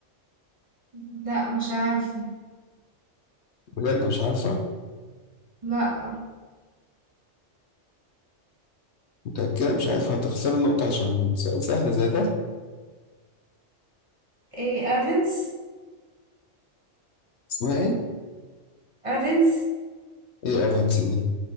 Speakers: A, on the right; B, on the left.
A: لا مش عارفة
B: بجد مش عارفة
A: لا
B: متأكدة مش عارفة هتخسر النقطة عشان سؤال سهل زي ده
A: ايه افنس
B: اسمها إيه؟
A: افنس
B: إيه أفنس دي؟